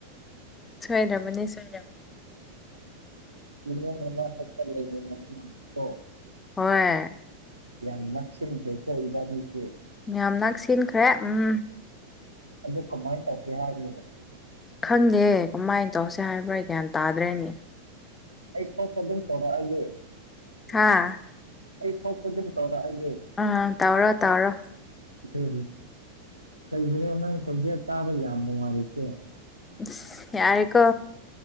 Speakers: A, on the left; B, on the right.
A: ꯁꯣꯏꯗ꯭ꯔꯕꯅꯤ ꯁꯣꯏꯔꯕꯅꯤ
B: <unintelligible>
A: ꯍꯣꯏ
B: ꯌꯥꯝ ꯅꯛꯁꯤꯟꯅꯩꯀꯣ ꯏꯕꯥꯅꯤꯁꯦ
A: ꯌꯥꯝ ꯅꯛꯁꯤꯟꯈ꯭ꯔꯦ ꯎꯝ
B: ꯑꯗꯨ ꯀꯃꯥꯏꯅ ꯇꯧꯁꯤ ꯍꯥꯏꯒꯕꯅꯣ
A: ꯈꯪꯗꯦ ꯀꯃꯥꯏꯅ ꯇꯧꯁꯦ ꯍꯥꯏꯕ꯭ꯔꯥ ꯒ꯭ꯌꯥꯟ ꯇꯥꯗ꯭ꯔꯦꯅꯤ
B: ꯑꯩ ꯊꯣꯛꯄ ꯑꯗꯨꯝ ꯇꯧꯔꯛꯑꯒꯦ
A: ꯍꯥꯥ
B: ꯑꯩ ꯐꯣꯛꯇꯗꯩ ꯇꯧꯔꯑꯒꯦ
A: ꯑꯥ ꯇꯧꯔꯣ ꯇꯧꯔꯣ
B: ꯎꯝ ꯀꯩꯒꯤꯔꯣ ꯅꯪ ꯈꯣꯟꯖꯦꯜ ꯇꯥꯕ ꯌꯥꯝ ꯅꯨꯡꯉꯥꯏꯔꯤꯁꯦ
A: ꯏꯁ ꯌꯥꯔꯦꯀꯣ